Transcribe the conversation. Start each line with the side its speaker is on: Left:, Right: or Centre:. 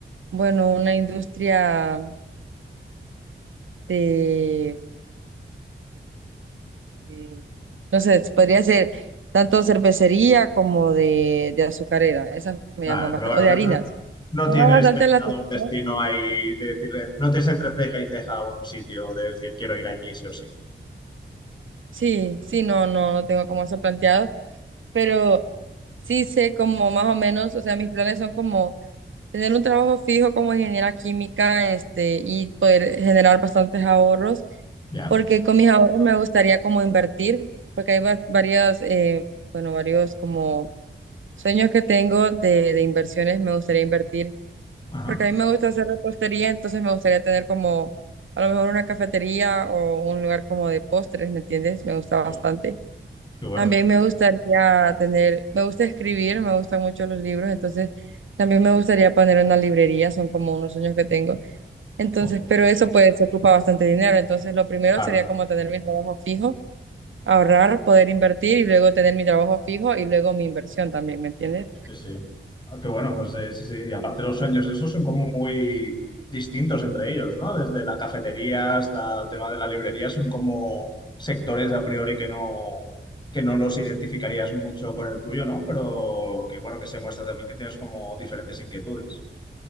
Right: bueno, una industria de, de- no sé, podría ser tanto cervecería como de, de azucarera. Esas me
Left: Vale,
Right: llaman
Left: pero
Right: bastante,
Left: bueno,
Right: o de
Left: que
Right: harinas.
Left: no, no
Right: Llama
Left: tienes
Right: bastante
Left: pensado
Right: la atención.
Left: un destino ahí de decirle, no tienes entre ceja y ceja un sitio de decir quiero ir allí sí o sí.
Right: Sí, sí, no, no, no tengo como eso planteado, pero sí sé como más o menos, o sea, mis planes son como tener un trabajo fijo como ingeniera química, este, y poder generar bastantes ahorros,
Left: Ya,
Right: porque con mis ahorros me gustaría como invertir, porque hay va- varias, eh, bueno, varios como sueños que tengo de, de inversiones, me gustaría invertir
Left: ajá.
Right: Porque a mí me gusta hacer repostería, entonces me gustaría tener como a lo mejor una cafetería o un lugar como de postres, ¿me entiendes? Me gusta
Left: Oh,
Right: bastante.
Left: qué bueno.
Right: También me gustaría tener, me gusta escribir, me gustan mucho los libros, entonces también me gustaría poner una librería, son como unos sueños que tengo. Entonces,
Left: Oh,
Right: pero eso pues ocupa bastante dinero, entonces lo primero
Left: claro,
Right: sería como tener mi trabajo fijo, ahorrar, poder invertir y luego tener mi trabajo fijo y luego mi inversión también, ¿me entiendes?
Left: sí, sí. Ah, Qué bueno, pues eh, sí, sí. Y aparte los sueños esos son como muy distintos entre ellos, ¿no? Desde la cafetería hasta el tema de la librería son como sectores a priori que no, que no los identificarías mucho con el tuyo, ¿no? Pero que bueno, que se muestra también que tienes como diferentes inquietudes.